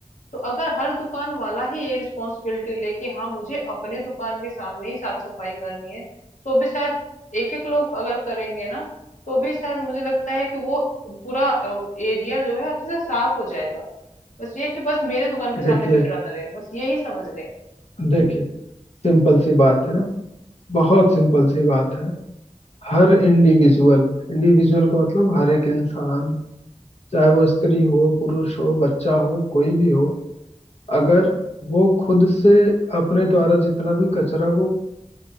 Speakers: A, on the left; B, on the left.
A: तो अगर हर दुकान वाला ही ये रिस्पॉन्सिबिलिटी ले कि हाँ मुझे अपने दुकान के सामने ही साफ सफाई करनी है तो भी शायद एक एक लोग अगर करेंगे ना तो भी शायद मुझे लगता है कि वो पूरा एरिया जो है अच्छे से साफ हो जाएगा बस ये कि बस मेरे दुकान के सामने
B: देखिए
A: कचरा ना रहे बस ये ही समझ ले
B: देखिए सिंपल सी बात है बहुत सिंपल सी बात है हर इंडिविजुअल इंडिविजुअल का मतलब हर एक इंसान चाहे वो स्त्री हो पुरुष हो बच्चा हो कोई भी हो अगर वो खुद से अपने द्वारा जितना भी कचरा वो